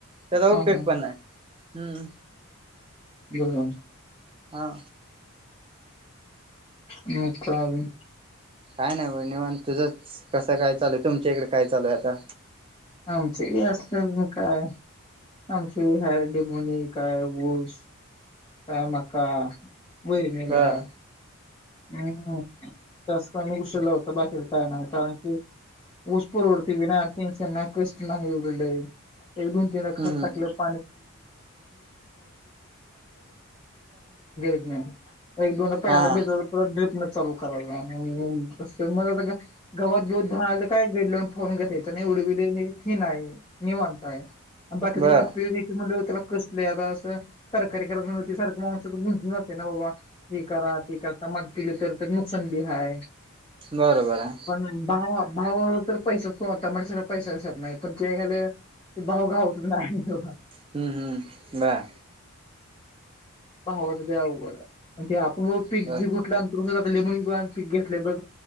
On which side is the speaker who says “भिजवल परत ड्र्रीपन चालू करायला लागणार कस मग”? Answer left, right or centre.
Left